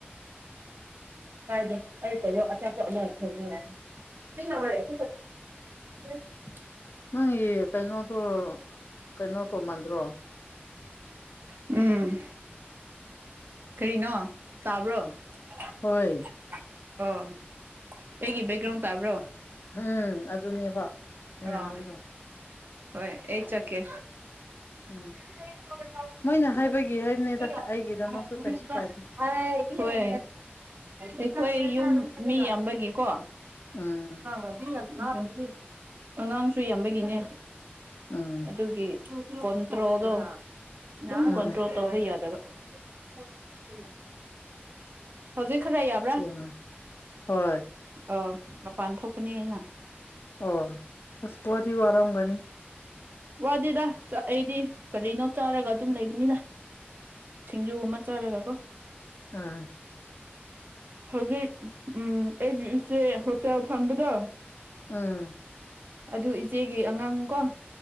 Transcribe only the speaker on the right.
ꯀꯥꯏꯗ ꯀ ꯀꯔꯣ ꯑꯆꯥꯄꯅꯈꯣꯏ ꯌꯥꯔ <unintelligible>
ꯎꯝ ꯀꯔꯤꯅꯣ ꯇꯥꯕ꯭ꯔꯣ <unintelligible>
<unintelligible> ꯑꯣ ꯑꯩꯒꯤ ꯕꯦꯛꯒ꯭ꯔꯥꯎꯟ ꯇꯥꯕ꯭ꯔꯣ
<unintelligible>
ꯍꯣꯏ ꯑꯩ ꯆꯠꯀꯦ
<unintelligible> <unintelligible> <unintelligible>
ꯍꯣꯏ ꯑꯩꯈꯣꯏ ꯌꯨꯝ ꯃꯤ ꯌꯥꯝꯕꯒꯤꯀꯣ
<unintelligible> ꯑꯉꯥꯡꯁꯨ ꯌꯥꯝꯕꯒꯤꯅꯦ
ꯑꯗꯨꯒꯤ ꯀꯣꯟꯇ꯭ꯔꯣꯜꯗꯣ ꯑꯗꯨꯝ
ꯀꯣꯟꯇ꯭ꯔꯣꯜ ꯇꯧꯕ ꯌꯥꯗꯕ <inaudible> <unintelligible> ꯍꯧꯖꯤꯛ ꯈꯔ ꯌꯥꯞ
ꯑꯣ ꯃꯄꯥꯟ ꯊꯣꯛꯄꯅꯦ ꯑꯩꯅ
ꯋꯥꯗꯦꯗ ꯑꯩꯗꯤ ꯀꯔꯤꯅꯣ ꯆꯥꯔꯒ ꯑꯗꯨꯝ ꯂꯩꯕꯅꯤꯅ ꯌꯨ ꯑꯃ ꯆꯥꯔꯒ ꯀꯣ
<inaudible> ꯍꯧꯖꯤꯛ ꯎꯝ ꯑꯩꯒꯤ ꯏꯆꯦ ꯍꯣꯇꯦꯜ ꯐꯝꯕꯗꯣ
ꯑꯗꯨ ꯏꯆꯦꯒꯤ ꯑꯉꯥꯡ ꯀꯣ